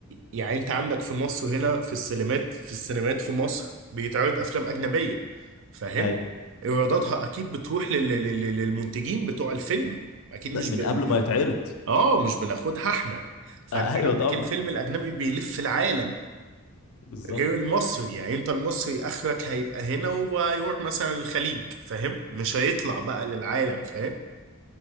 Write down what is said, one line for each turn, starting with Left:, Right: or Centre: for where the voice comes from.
Right: يعني انت عندك في مصر هنا في السينمات في السينمات في مصر بيتعرض افلام اجنبيه فاهم
Left: ايوه
Right: ايراداتها اكيد بتروح لل... لل... للمنتجين بتوع الفيلم اكيد
Left: لا،
Right: مش
Left: من
Right: ب... ب-
Left: قبل ما يتعرض
Right: اه مش بناخدها احنا فانت
Left: آه، <laughs> ايوه
Right: عندك
Left: طبعا
Right: الفيلم الاجنبي بيلف العالم
Left: بالظبط
Right: غير المصري يعني انت المصري اخرك هيبقى هنا وهيروح مثلا الخليج فاهم مش هيطلع بقى للعالم فاهم